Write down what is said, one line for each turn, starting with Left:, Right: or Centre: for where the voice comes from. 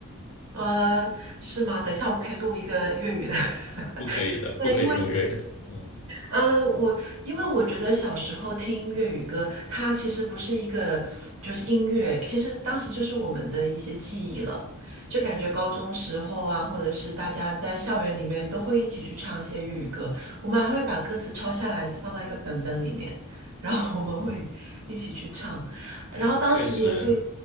Right: 嗯，是吗？等一下我们可以录一个粤语的。
Left: <laughs> 不可以的，
Right: <laughs> 对，
Left: 不可以用粤语的。
Right: 因为
Left: 嗯，
Right: 呃，我因为我觉得小时候听粤语歌，它其实不是一个就是音乐，其实当时就是我们的一些记忆了。就感觉高中时候啊，或者是大家在校园里面都会一起去唱一些粤语歌，我们还会把歌词抄下来放到一个本本里面，然后我们会
Left: 哦，
Right: 一起去唱，然后当时也会，
Left: 哦确实，